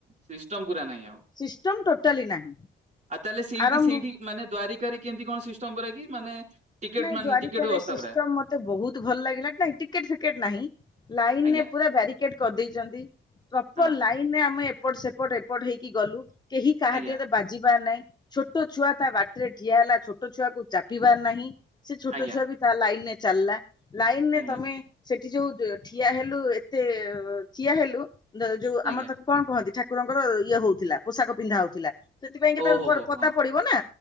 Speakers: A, on the right; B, on the left.
A: ସିଷ୍ଟମ ପୁର ନାଇଁ ଆଉ
B: ସିଷ୍ଟମ ଟୋଟାଲି ନାହିଁ
A: ଆଉ ତାହଲେ ସେଇଠି
B: ଆରମ୍ଭ
A: ସେଇଠି ମାନେ ଦ୍ୱାରିକାରେ କେମତି କଣ ସି ନମ୍ବର କିି ମାନେ। ଟିକେଟ
B: ନାଇଁ
A: ମାନେ
B: ଦ୍ଵାରିକା
A: ଟିକେଟ ବ୍ୟବସ୍ଥା
B: ସିଷ୍ଟମ
A: ପୁରା
B: ମତେ ବହୁତ ଭଲ ଲାଗିଲା ନାଇଁ ଟିକେଟ। ଟିକେଟ ନାହିଁ ଲାଇନରେ
A: ଆଜ୍ଞା
B: ପୁରା ବ୍ୟାାରିକେଟ। କରିଦେଇଛନ୍ତି। ପ୍ରପର
A: ହଁ
B: ଲାଇନରେ ଆମେ। ଏପଟ ସେପଟ ଏପଟ ହେଇକି ଗଲୁ। କେହି କାହା
A: ଆଜ୍ଞା
B: ଦିହରେ ବାଜିିବାର ନାଇଁ। <unintelligible> ଛୁଆ ତା ବାଟରେ ଠିଆ ହେଲା ଛୋ ଛୋଟ ଛୁଆକୁ ଚାପିବାର ନାହିଁ। ସେ ଛୋଟ
A: ଆଜ୍ଞା
B: ଛୁଆ ବି ତା ଲାଇନ ରେ। ଚାଲଲା। ଲାଇନରେ
A: ଆଜ୍ଞା
B: ତମେ ସେଠି ଯୋଉ। ଠିଆ ହେଲୁ ଏତେ ଠିଆ ହେଲୁ। ଯଉ
A: ଆଜ୍ଞା।
B: ଆମର ତାକୁ କଣ କହନ୍ତି ଠା ଠାକୁରଙ୍କର ଇଏ ହଉଥିଲା ପୋଷାକ ପିନ୍ଧା ହଉଥିଲା ସେଥିପାଇଁ କେ
A: ଓହୋ
B: <unintelligible> ପରଦା
A: ହୋ ହଁ
B: ପଡିବନା